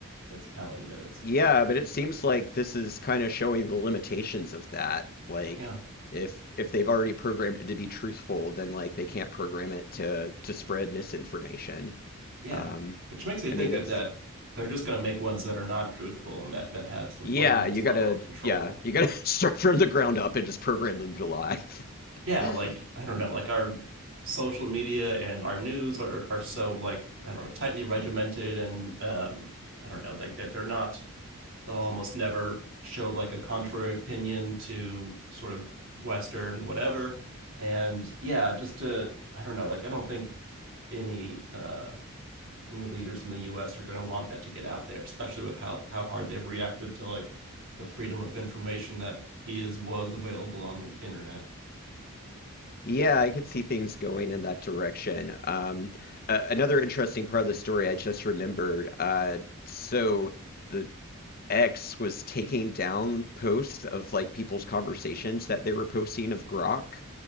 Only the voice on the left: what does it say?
Yeah, but it seems like this is kind of showing the limitations of that. Like,
if if they've already programmed it to be truthful, then like they can't program it to to spread misinformation.
Um,
I mean, that's
yeah,
you gotta
yeah, you gotta <laughs> start from the ground up and just program them to lie. <laughs>
Yeah, I could see things going in that direction. Um, uh, another interesting part of the story I just remembered. Uh, so the X was taking down posts of like people's conversations that they were posting of Grok,